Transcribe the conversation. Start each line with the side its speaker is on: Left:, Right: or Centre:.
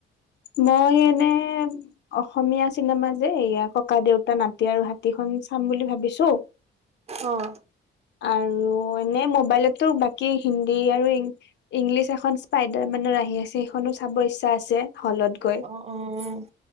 Left: মই এনে অসমীয়া চিনেমা যে এয়া ককা দেউতা নাতি আৰু হাতীখন ছাম বুলি ভাবিছোঁ
Right: অ',
Left: আৰু এনেই মোবাইলত টো বাকী হিন্দী আৰু ইং ইংলিছ এখন স্পাইডাৰ মেনৰ আহি আছে সেইখনো চাব ইচ্ছা আছে হলত গৈ
Right: অ', অ'।